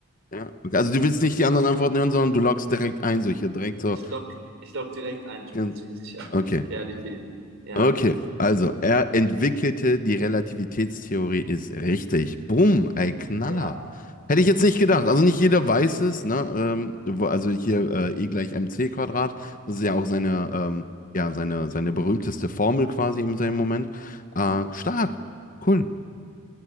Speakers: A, on the left; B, on the right.
A: Ja. Okay. Also du willst nicht die anderen Antworten hören, sondern du loggst direkt ein, so hier direkt so.
B: Ich lock, ich lock direkt ein, ich
A: n-
B: bin mir ziemlich sicher.
A: Okay,
B: Realität. Ja,
A: okay. Also, er entwickelte die Relativitätstheorie, ist richtig. Bumm, ey, Knaller.
B: ja,
A: Hätte ich jetzt nicht gedacht. Also nicht jeder weiß es, ne? Ähm, wo- also hier äh, E gleich mc Quadrat. Das ist ja auch seine, ähm, ja, seine, seine berühmteste Formel quasi im seinem Moment. Äh, stark, cool.